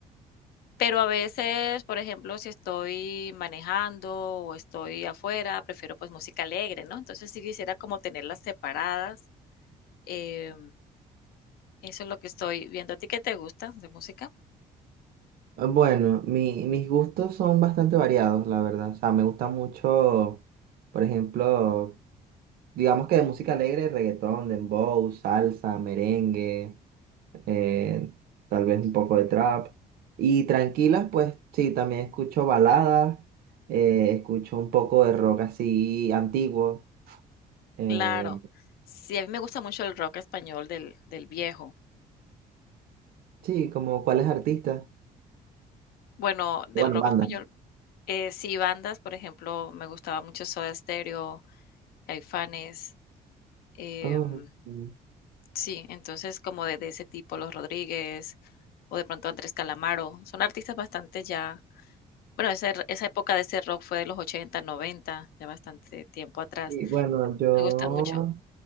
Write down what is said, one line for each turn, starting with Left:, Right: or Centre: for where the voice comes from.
Left: Pero a veces, por ejemplo, si estoy manejando o estoy afuera, prefiero pues música alegre, ¿no? Entonces sí quisiera como tenerlas separadas. em, eso es lo que estoy viendo. ¿A ti qué te gusta de música?
Right: Ah, Bueno, mi- mis gustos son bastante variados, la verdad. O sea, me gusta mucho, por ejemplo, digamos que de música alegre, reggaetón, dembow, salsa, merengue, eh, tal vez un poco de trap. Y tranquilas, pues sí, también escucho baladas, eh, escucho un poco de rock así antiguo. eh,
Left: Claro. Sí, a mí me gusta mucho el rock español del del viejo.
Right: sí, como cuáles artistas.
Left: Bueno, del
Right: Bueno,
Left: rock
Right: bandas.
Left: español, eh, sí, bandas, por ejemplo, me gustaba mucho Soda Stereo, Caifanes, em,
Right: Oh, mm.
Left: sí, entonces como de de ese tipo, Los Rodríguez, o de pronto Andrés Calamaro, son artistas bastante ya bueno, esa er esa época de ese rock fue de los 80 90, de bastante tiempo atrás.
Right: y bueno, yo,
Left: Me gusta mucho.